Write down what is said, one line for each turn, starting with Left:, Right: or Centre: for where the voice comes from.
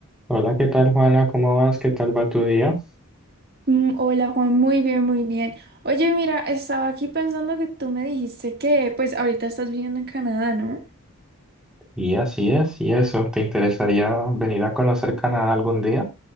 Centre: Hola, ¿qué tal, Juana? ¿Cómo vas? ¿Qué tal va tu día?
Right: Mm, Hola Juan, muy bien, muy bien. Oye, mira, estaba aquí pensando que tú me dijiste que pues ahorita estás viviendo en Canadá, ¿no?
Centre: Y así es, y eso, ¿te interesaría venir a conocer Canadá algún día?